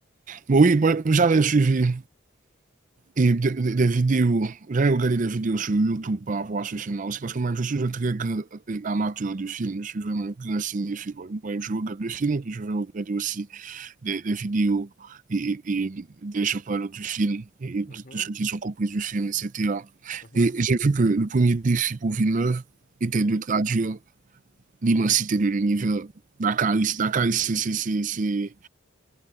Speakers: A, on the right (about 40°); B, on the left (about 45°).
A: Mais oui, bon, j'avais suivi Et de- de- des vidéos, j'avais regardé des vidéos sur YouTube par rapport à ce film-là aussi, parce que moi, je suis un très grand euh, amateur de films, je suis vraiment un grand cinéphile. Moi, je regarde le film et puis je vais regarder aussi des, des vidéos et, et- et des gens parlant du film et de,
B: Mhm,
A: de ce qu'ils ont compris du film, etc.
B: mhm,
A: Et
B: mhm,
A: j'ai vu que le premier défi pour Villeneuve était
B: mhm.
A: de traduire l'immensité de l'univers. Dakaris, Dakaris c'est